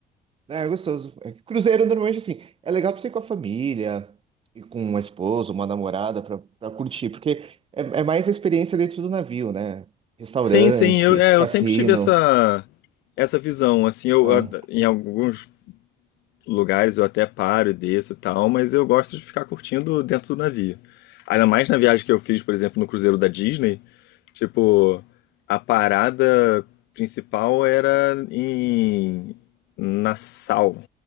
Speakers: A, on the right; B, on the left.
A: É, é gostoso. É que cruzeiro normalmente assim, é legal pra você ir com a família, ir com uma esposa, uma namorada pra, pra curtir, porque é, é mais a experiência dentro do navio, né? Restaurante,
B: Sim, sim, eu, é,
A: cassino.
B: eu sempre tive essa, essa visão, assim, eu,
A: ah,
B: a- em alguns lugares eu até paro, e desço e tal, mas eu gosto de ficar curtindo dentro do navio. Ainda mais na viagem que eu fiz, por exemplo, no cruzeiro da Disney, tipo, a parada principal era em Nassau,